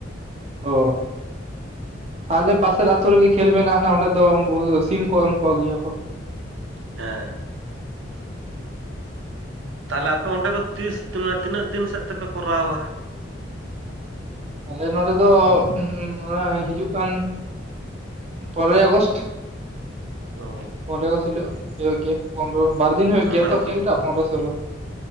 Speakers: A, on the right (about 35°); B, on the right (about 80°).
A: ᱦᱳ ᱟᱞᱮ ᱯᱟᱥᱮᱨ ᱟᱛᱳ ᱨᱮᱜᱮ ᱠᱷᱮᱞ ᱢᱮᱱᱟᱜᱼᱟ ᱱᱟᱦᱟᱜ ᱚᱸᱰᱮ ᱫᱚ ᱩᱱᱠᱩ ᱥᱤᱢ ᱠᱚ ᱮᱢ ᱠᱚ ᱜᱮᱭᱟ ᱠᱚ᱾
B: ᱦᱮᱸ ᱛᱟᱦᱚᱞᱮ ᱟᱯᱮ ᱚᱸᱰᱮ ᱫᱚ ᱛᱤᱥ ᱛᱮᱢᱟ ᱛᱤᱱᱟᱹᱜ ᱫᱤᱱ ᱥᱮᱫ ᱛᱮᱯᱮ ᱠᱚᱨᱟᱣᱼᱟ?
A: ᱟᱞᱮ ᱱᱚᱰᱮ ᱫᱚ ᱚᱣᱟ ᱦᱤᱡᱩᱜ ᱠᱟᱱᱼᱼ ᱯᱚᱱᱨᱚᱭ ᱟᱜᱚᱥᱴ᱾
B: ᱚ
A: ᱯᱚᱱᱰᱮᱨᱚ ᱦᱤᱞᱳ ᱦᱩᱭᱩᱜ ᱜᱮᱭᱟ ᱯᱚᱱᱨᱚ ᱵᱟᱨ ᱫᱤᱱ ᱦᱩᱭᱩᱜ ᱜᱮᱭᱟ
B: ᱢᱟᱱᱮ
A: ᱛᱚ ᱠᱷᱮᱞ ᱴᱟᱜ ᱯᱚᱱᱨᱚ ᱥᱳᱞᱞᱳ᱾